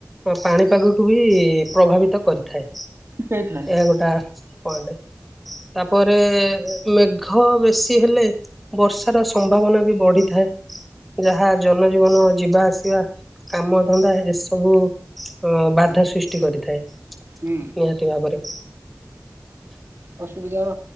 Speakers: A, in the centre; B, on the right (about 55°).
A: ପାଣିପାଗକୁ ବି ପ୍ରଭାବିତ କରିଥାଏ।
B: ହେଇଥାଏ
A: ଏହା ଗୋଟା ପଏଣ୍ଟ। ତାପରେ ମେଘ ବେଶୀ ହେଲେ ବର୍ଷାର ସମ୍ଭାବନା ବି ବଢିଥାଏ। ଯାହା ଜନଜୀବନ ଯିବା ଆସିବା କାମ ଧନ୍ଦା ଏସବୁ ଅ ବାଧା ସୃଷ୍ଟି କରିଥାଏ।
B: ହୁଁ।
A: ନିହାତି ଭାବରେ।
B: <unintelligible> ଯାଅ।